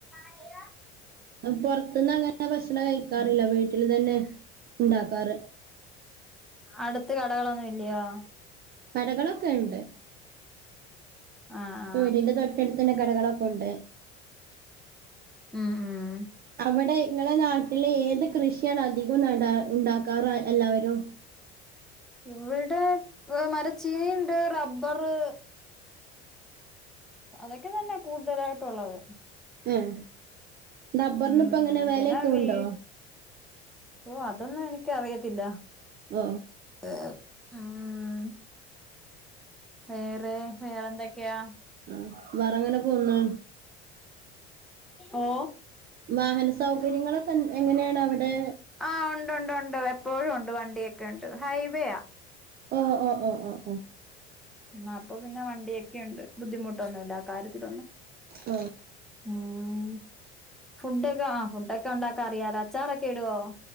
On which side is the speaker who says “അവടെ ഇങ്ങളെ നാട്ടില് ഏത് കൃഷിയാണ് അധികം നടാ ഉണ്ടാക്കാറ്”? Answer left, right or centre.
Right